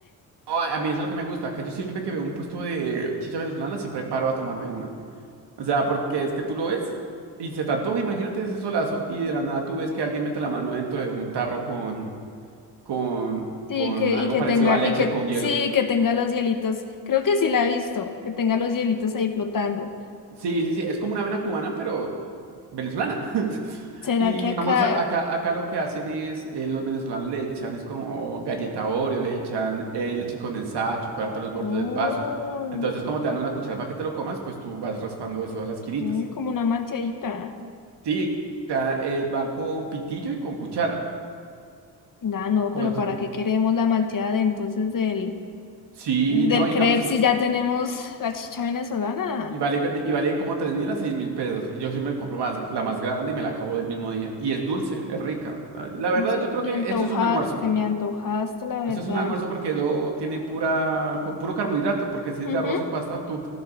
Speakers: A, on the right; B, on the left.
A: Ay, a mí eso es lo que me gusta. Acá yo siempre que veo un puesto de chicha venezolana, siempre paro a tomarme una. O sea, porque es que tú lo ves y se te antoja, imagínate ese solazo y de la nada tú ves que alguien mete la mano dentro de un tarro con con,
B: Sí,
A: con
B: que,
A: algo
B: y que
A: parecido
B: tenga,
A: a leche
B: y que,
A: con hielo.
B: sí, que tenga los hielitos. Creo que sí la he visto, que tenga los hielitos ahí flotando.
A: Sí, sí, sí, es como una avena cubana, pero venezolana. <laughs>
B: ¿Será
A: Y
B: que acá?
A: digamos, a- acá, acá lo que hacen es, eh, los venezolanos le echan, es como galleta Oreo, le echan eh, leche condensada, chocolate a los bordes
B: Oh,
A: del vaso. Entonces, como te dan una cuchara para que te lo comas, pues tú vas raspando eso de las quinitas.
B: sí, como una malteadita.
A: Sí, te dan- eh, van con pitillo y con cuchara.
B: Ah, no,
A: Como
B: pero ¿para
A: si-
B: qué queremos la malteada de entonces del,
A: sí,
B: del
A: no, digamos,
B: crepe si ya tenemos la chicha venezolana?
A: Y vale, y vale como tres mil a seis mil pesos. Y yo siempre me compro más, la más grande y me la acabo del mismo día. Y es dulce, es rica. La la verdad,
B: No sé,
A: yo creo
B: me
A: que
B: antojaste,
A: eso es un almuerzo.
B: me antojaste, la verdad.
A: Eso es un almuerzo porque eso tiene pura, cu- puro carbohidrato. Porque si es
B: Ujú.
A: de arroz o pasta, tú